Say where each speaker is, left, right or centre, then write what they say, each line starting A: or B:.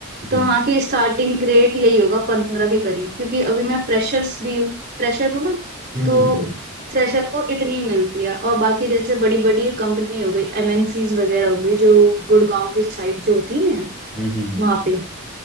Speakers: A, on the right (about 50°); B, on the right (about 30°).
A: तो
B: हम्म
A: वहाँ की स्टार्टिंग रेट यही होगा पंद्रह के करीब क्योंकि अभी मैं फ्रेशर्स भी हूँ फ्रेशर हूँ ना
B: हम्म
A: तो
B: हम्म
A: फ्रेशर को इतनी मिलती है और बाकी जैसे बड़ी बड़ी कंपनी हो गई एमएनसीज वगैरह हो गई जो गुड़गांव की साइड जो होती है ना
B: हम्म, हम्म,
A: वहाँ पे